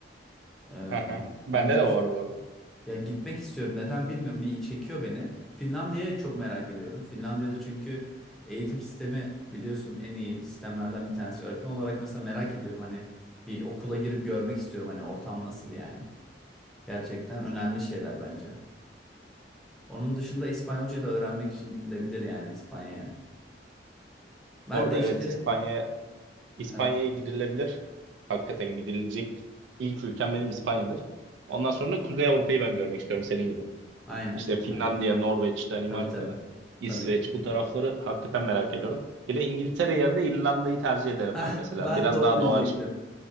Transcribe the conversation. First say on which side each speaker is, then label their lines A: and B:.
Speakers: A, in the centre; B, on the right.
A: Ee,
B: Hı hı. Bende
A: onun dışında
B: de var bu arada.
A: ya gitmek istiyorum. Neden bilmiyorum. Bir çekiyor beni. Finlandiya'yı çok merak ediyorum. Finlandiya'da çünkü eğitim sistemi biliyorsun en iyi sistemlerden bir tanesi. Öğretmen olarak mesela merak ediyorum. Hani bir okula girip görmek istiyorum. Hani ortam nasıl yani. Gerçekten önemli şeyler bence. Onun dışında İspanyolcayı da öğrenmek için gidilebilir yani İspanya'ya. Ben
B: Bu arada
A: de işte
B: evet İspanya İspanya'ya
A: evet.
B: gidilebilir. Hakikaten gidilecek ilk ülkem benim İspanya'dır. Ondan sonra Kuzey Avrupa'yı ben görmek istiyorum senin gibi.
A: Aynen.
B: İşte Finlandiya,
A: Aynen.
B: Norveç, Danimarka,
A: Tabii tabii.
B: İsveç
A: Tabii ki.
B: bu tarafları hakikaten merak ediyorum. Bir de İngiltere yerine İrlanda'yı tercih ederim
A: Heh,
B: ben mesela.
A: ben
B: Biraz
A: de onu
B: daha
A: diyecektim.
B: doğacı.